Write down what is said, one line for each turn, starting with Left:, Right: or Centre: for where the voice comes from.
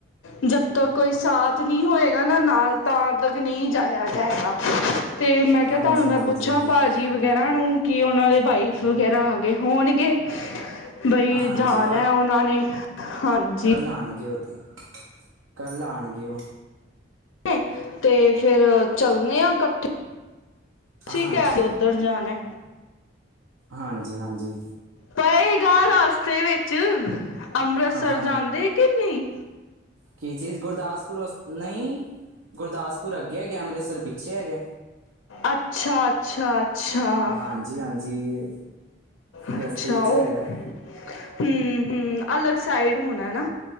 Left: ਜਦ ਤੱਕ ਕੋਈ ਸਾਥ ਨਹੀਂ ਹੋਏਗਾ ਨਾ ਨਾਲ, ਤਾਂ ਤੱਕ ਨਹੀਂ ਜਾਇਆ ਜਾਏਗਾ ਤੇ ਮੈਂ ਕਿਹਾ
Right: ਹਾਂਜੀ-ਹਾਂਜੀ।
Left: ਤੁਹਾਨੂੰ ਮੈਂ ਪੁੱਛਾਂ
Right: ਹਾਂਜੀ,
Left: ਭਾ
Right: ਹਾਂਜੀ
Left: ਜੀ ਵਗੈਰਾ ਨੂੰ ਕੀ ਉਹਨਾਂ ਦੇ ਵਾਈਫ ਵਗੈਰਾ ਆ ਗਏ ਹੋਣਗੇ ਬਈ
Right: ਹਾਂਜੀ
Left: ਜਾਣਾ ਹੈ ਉਹਨਾਂ ਨੇ, ਹਾਂਜੀ
Right: ਲਾਉਣਗੇ ਉਹ ਤੇ ਕਲ ਆਉਣਗੇ ਉਹ
Left: ਨੇ, ਤੇ ਫੇਰ ਚੱਲਣੇ ਆ ਇਕੱਠੇ ਤੁਸੀਂ
Right: ਹਾਂਜੀ,
Left: ਕਹਿ ਰਹੇ ਉਧਰ ਜਾਣਾ
Right: ਹਾਂਜੀ- ਹਾਂਜੀ
Left: ਪਏਗਾ ਰਸਤੇ ਵਿੱਚ, ਅੰਮ੍ਰਿਤਸਰ
Right: ਹਾਂ
Left: ਜਾਂਦੇ ਕਿ ਨਹੀਂ
Right: ਕੀ ਚੀਜ਼ ਗੁਰਦਾਸਪੁਰ ਨਹੀਂ, ਗੁਰਦਾਸਪੁਰ ਅੱਗੇ ਹੈਗੇ ਅੰਮ੍ਰਿਤਸਰ ਪਿੱਛੇ ਹੈਗੇ
Left: ਅੱਛਾ, ਅੱਛਾ ਅੱਛਾ,
Right: ਹਾਂਜੀ-ਹਾਂਜੀ,
Left: ਅੱਛਾ
Right: ਰਸਤੇ ਵਿੱਚ
Left: ਉਹ
Right: ਹੈਗਾ,
Left: ਹਮ, ਹਮ ਅਲਗ ਸਾਈਡ ਹੋਣਾ ਨਾ